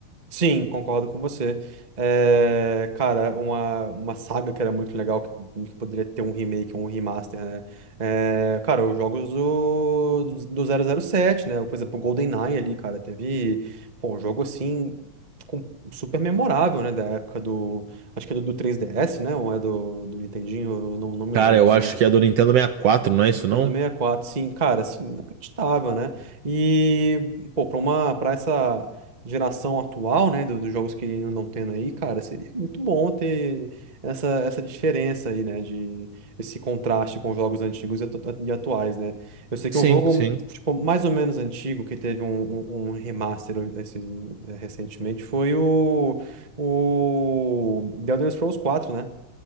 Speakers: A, on the right (about 25°); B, on the right (about 65°).
A: Sim, concordo com você. É, cara, uma, uma saga que era muito legal, que, que poderia ter um remake ou um remaster, né? É, cara, os jogos do, do zero zero sete né? Por exemplo, o GoldenEye ali, cara, teve, pô, um jogo assim, com- super memorável, né? Da época do, acho que é do, do 3DS, né? Ou é do, do Nintendinho, eu não, não me
B: Cara,
A: lembro
B: eu
A: certo.
B: acho que é do Nintendo 64, não é isso
A: Nintendo
B: não?
A: sessenta e quatro sim, cara, assim, inacreditável, né? E, pô, pra uma, pra essa geração atual, né, do- dos jogos que andam tendo aí, cara, seria muito bom ter essa, essa diferença aí, né, de esse contraste com os jogos antigos e atu- e atuais, né? Eu sei
B: Sim,
A: que é um jogo,
B: sim.
A: tipo, mais ou menos antigo, que teve um, um, um remaster esses- eh, recentemente, foi o, o The Elder Scrolls quatro né?